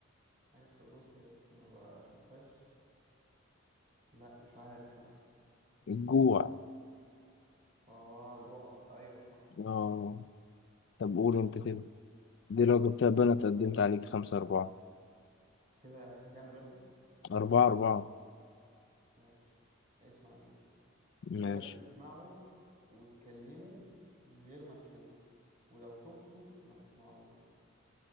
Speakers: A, on the right (about 35°); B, on the left (about 55°).
A: حاجة بتقرصني بس ما بشوفهاش لا مش عارف لا
B: الجوع
A: اه رجوع ايوه صح صح
B: اه طب قول انت كده دي لو جبتها بنت قدمت عليك خمسة أربعة
A: كده احنا كام دلوقتي
B: أربعة أربعة
A: ماشي اسمع دي بيقول
B: ماشي
A: لك تسمعوا وتكلموا من غير ما تشوفه ولو شفته ما تسمعوش